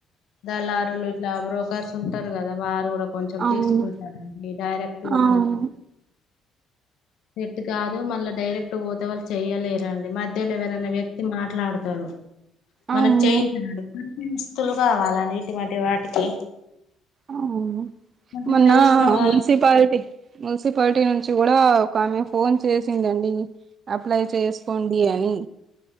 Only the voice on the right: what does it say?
అవును
అవును
అవును
ఆ అవును
మొన్న
మున్సి పాలిటి మున్సిపాలిటీ నుంచి కూడా ఒక ఆమె ఫోన్ చేసిందండి అప్లై చేసుకోండి అని